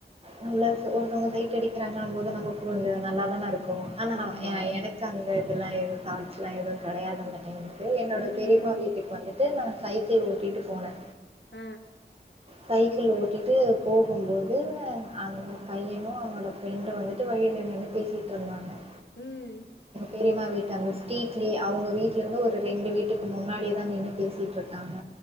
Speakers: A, on the right; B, on the left.
A: நம்ள ஒருத்தவங்க சைட் அடிக்குறாங்கம்போது நமக்கு கொஞ்சோ நல்லாதான இருக்கு க்கு ஆனா நா
B: ஆமா.
A: எனக்கு அந்த இதெல்லா எதுவு தாட்ஸ்லா எதுவு கெடயாது அந்த டைம்ல இது என்னோட
B: ம்.
A: பெரியம்மா வீட்டுக்கு வந்துட்டு நா சைக்கிள் ஓட்டிட்டு போனே
B: ஆ
A: சைக்கிள் ஓட்டிட்டு போகும்போது அந்த பையனு அவனோட ப்ரெண்டு வந்துட்டு வழில நின்னு பேசிட்டு இருந்தாங்க
B: ம்.
A: பெரியம்மா வீட்டு அங்க ஸ்ட்ரீட்லே அவுங்க வீட்லருந்து ஒரு ரெண்டு வீட்டுக்கு முன்னாடி தா நின்னு பேசிட்டு இருக்காங்க